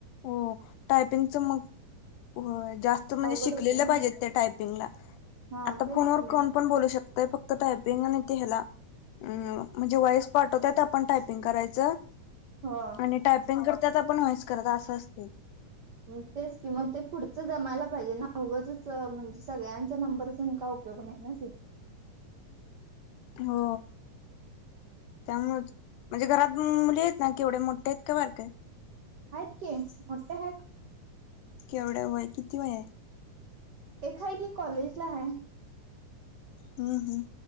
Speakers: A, on the left; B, on the right.
A: हो, टायपिंगच मग होय जास्त म्हणजे
B: अवघड
A: शिकलेलं
B: होते ना
A: पाहिजेत टायपिंगला
B: हा
A: आता
B: तेच
A: फोनवर
B: कि मग
A: कोण पण बोलू शकतय, फक्त टायपिंग आणि ते हेला, अम.. म्हणजे वॉईस पाठवतात आपण टायपिंग करायचं,
B: हो
A: त्यांनी टायपिंग करता आपण वॉईस करत असं असतय.
B: <inaudible> तेच किम ते पुढचं जमायला पाहिजे. ना उगचच म्हणजे सगळ्यांचा नंबर देऊन काय उप योग नाही ना ते.
A: हो, त्यामुळच म्हणजे घरात मुली आहेत ना केवढे मोठे आहेत का बारक्या आहेत?
B: आहेत की, मोठ्या हाईत.
A: केवढं वय किती वय आहे?
B: एक हाय की कॉलेज ला हाय.
A: हम्म हम्म